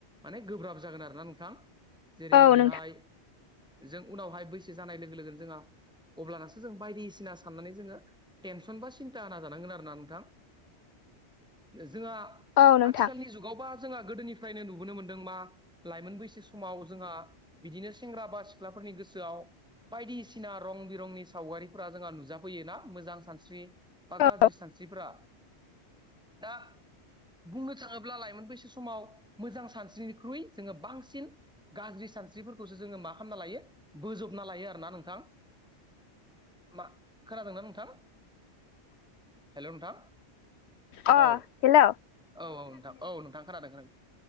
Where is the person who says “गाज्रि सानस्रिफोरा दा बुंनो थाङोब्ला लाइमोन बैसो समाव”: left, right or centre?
Centre